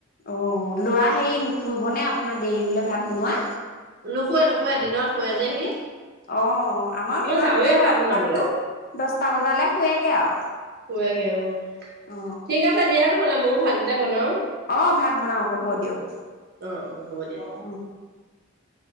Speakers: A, on the left; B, on the right.
A: অ লৰা হেৰি নুশুৰিবনে আে দেৰি হ'লে ভাত বনোৱা
B: নোশুৱে নোশুৱে দিনত শুৱে যে সি
A: অ আমাৰ
B: মই
A: দিনত
B: যাওঁৱেই
A: শুৱে
B: ভাত
A: বাৰু তথাপিতো
B: বনাবলৈ
A: দছটা বজালে শুৱেগে আৰু
B: শুৱেগে অ
A: অ
B: ঠিক আছে দিয়া নহলে ময়ো ভাতকেইটা বনাও
A: অ অ ভাত বনাও হ'ব দিয়ক
B: অ অ হ'ব দিয়া
A: অ